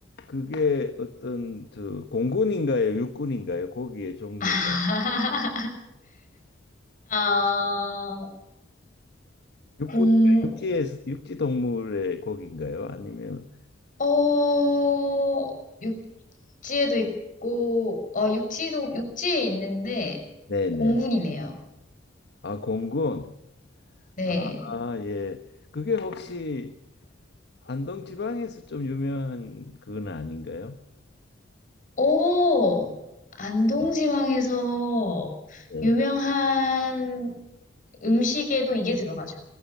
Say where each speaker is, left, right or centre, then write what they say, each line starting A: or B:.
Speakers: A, on the left; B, on the left.
A: 그게 어떤 저 공군인가요? 육군인가요? 고기의 종류가.
B: <laughs> 아,
A: 육고
B: 공,
A: 육지에 육지 동물의 고기인가요? 아니면
B: 어, 육지에도 있고, 어, 육지도, 육지에 있는데,
A: 네네.
B: 공군이네요.
A: 아 공군.
B: 네.
A: 아, 아, 예. 그게 혹시 안동 지방에서 좀 유명한 그건 아닌가요?
B: 오, 안동지방에서
A: 네. 네.
B: 유명한 음식에도 이게 들어가죠.